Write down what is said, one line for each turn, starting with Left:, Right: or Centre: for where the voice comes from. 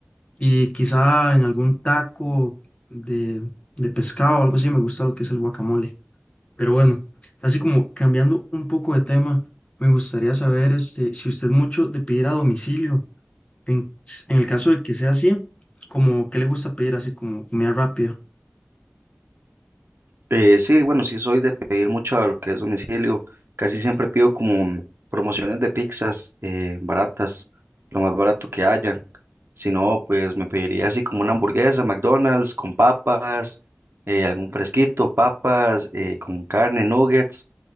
Left: Y quizá en algún taco de, de pescado o algo así, me gusta lo que es el guacamole. Pero bueno, así como cambiando un poco de tema, me gustaría saber este, si usted es mucho de pedir a domicilio. En, en el caso de que sea así, como qué le gusta pedir, así como comida rápida.
Right: Eh, sí, bueno, sí soy de pedir mucho a lo que es domicilio. Casi siempre pido como promociones de pizzas eh, baratas, lo más barato que haya. Si no, pues me pediría así como una hamburguesa, McDonald's con papas, eh, algún fresquito, papas eh, con carne, nuggets.